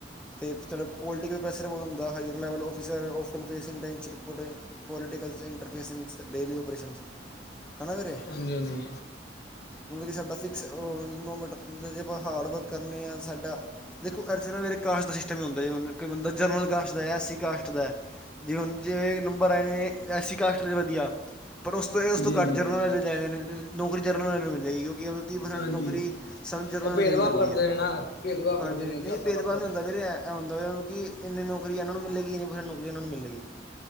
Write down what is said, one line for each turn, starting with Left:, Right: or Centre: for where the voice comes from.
Centre: ਤੇ ਸਾਡਾ ਪੋਲੀਟੀਕਲ ਪ੍ਰੈਸ਼ਰ ਬੋਤ ਹੁੰਦਾ, higher level officer often face infection ਪੋਲੀਟੀਕਲਸ interfaces daily operation, ਹਨਾ ਵੀਰੇ।
Left: ਹਾਂਜੀ-ਹਾਂਜੀ।
Centre: ਮਤਲਬ ਕਿ ਸਾਡਾ ਫਿਕਸ ਮਤਲਬ ਕਿ ਦੋਨੋਮੀਟਰ, ਜੇ ਆਪਾਂ ਹਾਰਡ ਵਰਕ ਕਰਨੇ ਆਂ ਸਾਡਾ ਦੇਖੋ ਅਰਚਨਾ ਮੇਰੇ ਕਾਸਟ ਦਾ ਸਿਸਟਮ ਚ ਹੁੰਦਾ, ਜਿਵੇਂ ਹੁਨ ਇੱਕ ਬੰਦਾ ਜਨਰਲ ਕਾਸਟ ਦਾ ਏ, ਐਸੀ ਕਾਸਟ ਦਾ ਏ। ਜੀ ਹੁਨ ਜਿਵੇਂ ਨੰਬਰ ਆਏ ਨੇ, ਐਸੀ ਕਾਸਟ 'ਤੇ ਵਧੀਆ। ਪਰ ਉਸ ਤੋਂ ਐ ਉਸ ਤੋਂ ਘੱਟ
Left: ਹਾਂਜੀ
Centre: ਜਨਰਲ
Left: ਹਾਂਜੀ
Centre: ਵਾਲੇ ਲੈਦੇ ਨੇ, ਨੌਕਰੀ ਜਨਰਲ ਵਾਲਿਆਂ ਨੂੰ ਮਿਲੇਗੀ ਕਿਉਂਕਿ ਤੀ ਪਰਸੈਂਟ
Left: ਹਾਂਜੀ
Centre: ਨੌਕਰੀ ਸਾਨੂੰ ਜਨਰਲ
Left: ਉਹ
Centre: ਨੂੰ
Left: ਭੇਦਭਾਵ
Centre: ਦੇਨੀ ਪੈਂਦੀ
Left: ਕਰਦੇ
Centre: ਏ,
Left: ਨੇ ਨਾ ਭੇਦਭਾਵ
Centre: ਹਾਂਜੀ-
Left: ਕਰਦੇ ਨੇ
Centre: ਹਾਂਜੀ
Left: ਜਾਤਾਂ
Centre: ਨਈ ਭੇਦਭਾਵ
Left: ਪਾਤਾਂ
Centre: ਨਈ
Left: 'ਚ
Centre: ਹੁੰਦਾ ਵੀੇਰੇ ਐ। ਐ ਹੁੰਦਾ ਕਿ, ਇੰਨੀ ਨੌਕਰੀ ਇਨਾਂ ਨੂੰ ਮਿਲੇਗੀ, ਇੰਨੀ ਪਰਸੈੰਟ ਨੌਕਰੀ ਇਨਾਂ ਨੂੰ ਮਿਲੇਗੀ।